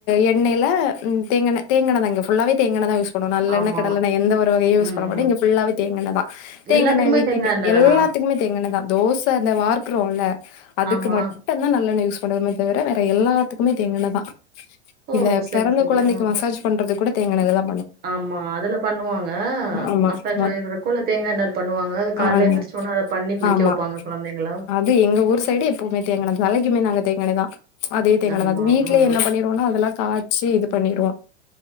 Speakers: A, on the left; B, on the right.
A: எ எண்ணெய்ல உம் தேங்கா எண்ணெய் தேங்கா எண்ணெய்தா இங்க ஃபுல்லாவே தேங்கா எண்ணெய்தா யூஸ் கொன்னு நல்லெண்ணெ
B: ஆமா
A: கடலெண்ணெ எந்த ஒரு வகையு யூஸ்
B: ம்
A: பண்ணமாட்டோ
B: ம்
A: இங்க ஃபுல்லாவே தேங்கா எண்ணெதா தேங்கா
B: எல்லாத்துக்குமே
A: எண்ணெய வித்திட்டு
B: தேங்கா எண்ணெ
A: எல்லா
B: தானா
A: ண்ணெதா தோசை இந்த வார்க்கறோல அதுக்கு
B: ஆமா
A: மட்டோதா நல்லெண்ணெ யூஸ் போடுமே தவிர வேற எல்லாத்துக்குமே தேங்எண்ணெதா
B: ஓ
A: இத
B: சரி
A: பிறந்த
B: சரி
A: கொழந்தைக்கு
B: ஆ
A: மசாஜ் பண்றது கூட தேங்எண்ணெலதா
B: ஆமா அதுல பண்ணுவாங்க
A: ஆமா
B: மசாஜ்
A: மத்
B: ஆயிள் இருக்கோ இல்ல தேங்கா எண்ணெல பண்ணுவாங்க அது கால்ல
A: ஆங்
B: எந்திரிச்சோன அத பண்ணி குளிக்க
A: ஆமா
B: வைப்பாங்க கொழந்தைங்கள
A: அது எங்க ஊர் சைட்டு எப்போமே தேங்கா எண்ணெ தலைக்குமே ஏ நாங்க தேங்கா எண்ணெதா ச்ச அதே தேங்கா
B: ஆமா
A: எண்ணெதா அது வீட்லே
B: ம்
A: என்ன பண்ணிருவோனா அதெல்லா காய்ச்சு இது பண்ணிருவோ